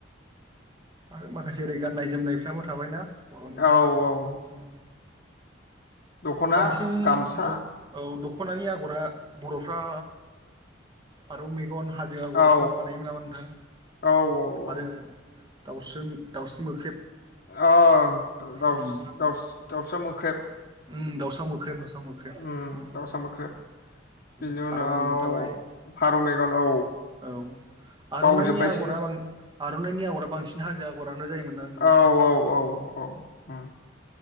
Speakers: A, on the right; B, on the left.
A: आरो माखासे ओरै गाननाय जोमनायफ्राबो थाबायना बर'नि
B: औ औ
A: उम
B: दख'ना
A: बांसिन
B: गामसा
A: दख औ दख'नानि आ गरा बर'फ्रा फारौ मेगन हाजो आगरखौ
B: औ
A: बानायोमोन नामा नोंथां
B: औ औ औ
A: आरो दाउस्रोम दाउस्रि मो
B: अ द द
A: उम
B: दाउसा मोख्रेब
A: ओमव दाउसा मोख्रेब दाउसा मोख्रेब
B: उम दाउसा मोख्रेब बेनि
A: फारौ
B: उनाव
A: मैगं थाबाय
B: फारौ मेगन औ
A: औ आर'नाइनि
B: बावजोब्बायसो
A: आगरा बां आर'नाइनि आगरा बांसिन हाजो आगर फ्रानो जायोमोन ना
B: औ
A: नोंथां
B: औ औ औ उम